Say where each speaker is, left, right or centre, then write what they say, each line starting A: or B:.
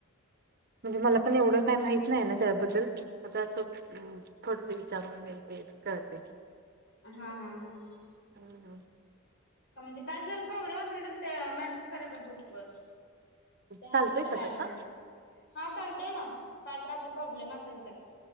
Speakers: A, on the right; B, on the left.
A: म्हणजे मला पण एवढं काही माहित नाही ना त्याबद्दल आता असं थोडस वि चारून घते कळते
B: हम्म हम्म हम्म हम्म.
A: हम् हम
B: म्हणजे काय जर प्रॉब्लेम असेल तर त्या मेसेज करायच्या ग्रुप वर. तेहाईत
A: चालतोय
B: आता
A: का
B: मॅडमला
A: तसं
B: हा चालतेय ना काय तर आपला प्रॉब्लेम असेल तर.